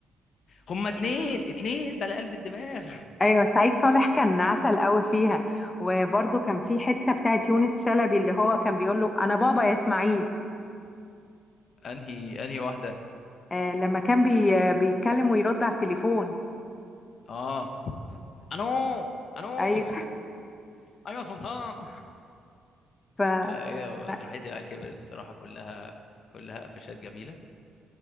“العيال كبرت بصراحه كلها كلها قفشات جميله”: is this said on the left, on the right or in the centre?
Left